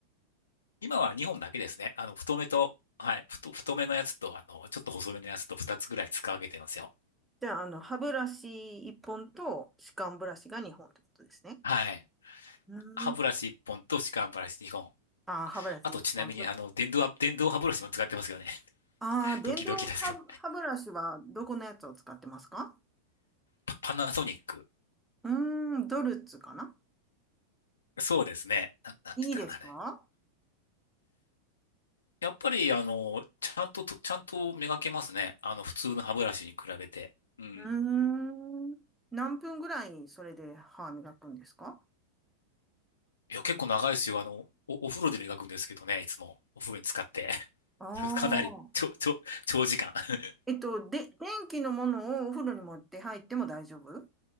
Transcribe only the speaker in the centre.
じゃあ、あの、歯ブラシ1本と歯間ブラシが2本ってことですね。
う
ああ、歯ブラシ一本と。
ああ、電動歯、
歯ブラシはどこのやつを使ってますか
うーん、ドルツかな
いいですか
うーん、何分ぐらいそれで歯磨くんですか
ああー。
えっと、で、電気のものをお風呂に持って入っても大丈夫う